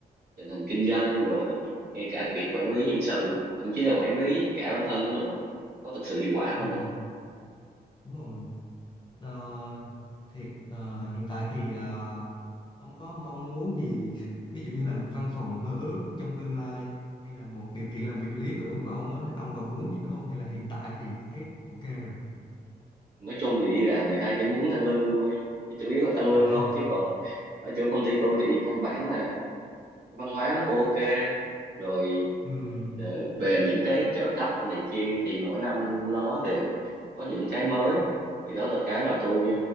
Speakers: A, on the right (about 75°); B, on the left (about 25°).
A: tình hình kinh doanh rồi ngay cả việc quản lý nhân sự thậm chí là quản lý cả bản thân của mình có thực sự hiệu quả không
B: ừ
A: nữa
B: đúng rồi Ờ, thì ờ, hiện tại thì ờ, ông có mong muốn gì <laughs> ví dụ như là một văn phòng mơ ước trong tương lai hay là một điều kiện làm việc lý tưởng của ông á ông còn muốn gì nữa không hay là hiện tại thì thấy ok rồi
A: nói chung thì đi làm thì ai chẳng muốn tăng lương thôi chủ yếu là tăng lương
B: à <laughs>
A: thôi chứ còn ở chỗ công ty tôi thì căn bản là văn hóa nó cũng ok rồi
B: ừ,
A: ờ, về những cái trợ cấp này kia thì mỗi năm nó đều có những cái mới thì đó là cái mà tôi